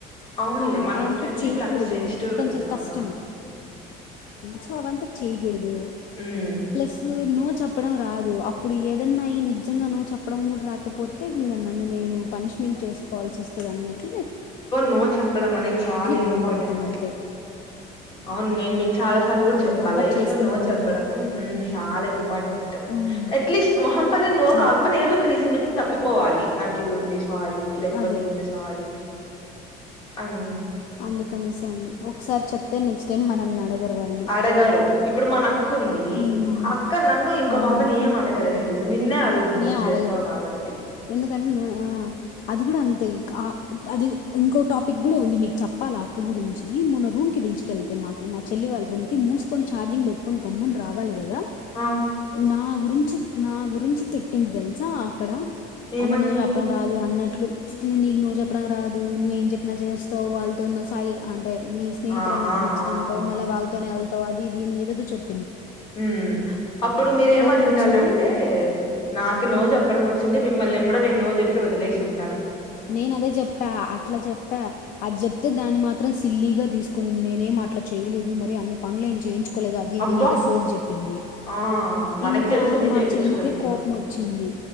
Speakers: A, on the left; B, on the left.
A: అవునులే
B: ఆ
A: మనం
B: అవంత
A: ఫ్రెండ్షిప్లు
B: చేయకూడదు
A: అంతా సెన్సిటివ్
B: కొంచెం
A: కదా చాలా
B: కష్టం సో చేయకూడదు
A: ఉమ్
B: ప్లస్ నో చెప్పడం రాదు అప్పుడు ఏదన్నాయి నిజంగా నో చెప్పడం కూడా రాకపోతే ఇంగ నన్ను నేను పనిష్మెంట్ చేసుకోవా ల్సోస్తదంన్నట్టు
A: నో చెప్పడం అనేది చాలా
B: దూరం
A: ఇంపార్టెంట్
B: పెడతాం
A: అండి
B: అంతే
A: అవును నేను మీ చాలా సార్ కూడా
B: అది
A: చెప్పా
B: అలవాటు
A: లైఫ్
B: చేసుకుంటున్నాండి
A: లో నో చెప్పడం చాలా ఇంపార్టెంట్
B: ఉమ్.
A: ఎట్లీస్ట్ అహం నో
B: అదే
A: కాకపోని ఏదో ఒక రీసన్ చెప్పి తప్పి పోవాలి నాకు ఇది ఉంది సారీ లేకపోతే
B: అదే
A: ఇది ఉంది సారీ అం
B: అందుకనేసే అండి ఒకసారి చెప్తే నెక్స్ట్ టైం మనల్ని అడగరు వాళ్ళు
A: అడగరు. ఇప్పుడు మన అక్క ఉంది
B: మ్మ్.
A: అక్క నన్ ఇంకో
B: అవును
A: పాపని ఏం అడగదా హెల్ప్ నిన్నే అడుగుతుంది నువ్
B: ఏం
A: చేస్తావు
B: అడగదు
A: కాబట్టి
B: ఎందుకంటే న్ ఆ అది కూడా అంతే ఆ అద్ అది ఇంకో టాపిక్ కూడా ఉంది మీకు చెప్పాలి అక్క గురించి మన రూమ్ కి పిలుచుకెళ్తే మా మా చెల్లి వాళ్ళ రూమ్ కి మూసుకొని ఛార్జింగ్ పెట్టుకోని గమ్మున రావాలి కదా
A: ఆ!
B: నా గురించి నా గురించి తిట్టింది తెలుసా అక్కడ
A: ఏమనింది?
B: అంటే నో చెప్పడం రాదన్నట్లు న నీకు నో చెప్పడంనికి రాదు నువ్వు ఏం చెప్పిన చేస్తావు వాళ్ళతోన్న సాయి అం అంటే మీ స్నేహితురాలు
A: ఆ!
B: అంటే
A: ఆ!
B: నచ్చదంటవు
A: ఆ!
B: మళ్ళ వాళ్తోనే వెళ్తవు అది ఇది అని ఏదో చెప్
A: మ్ అప్పుడు మీరేమనిండాలంటే
B: కోపం వచ్చింది
A: నాకు నో చెప్పడం వచ్చింటే మిమ్మల్ని ఎప్పుడో నో చెప్పి వదిలేసింది
B: నేన అదే చెప్పా అట్లా చెప్పా అది చెప్తే దాన్ని మాత్రం సి ల్లీగా తీసుకునింది నేనేం అట్ల చేయలేదు మరి అన్ని పనులు ఏం చేయించు కోలేదు అది ఇది
A: అబ్బా!
B: ఆని ఏదో సోది చెప్పింది
A: ఆ! మనకు
B: ఇంకా
A: తెలుసు ఎన్ని
B: మా
A: చేపిచ్చుకునిందో.
B: చెల్లికే కోపం వచ్చింది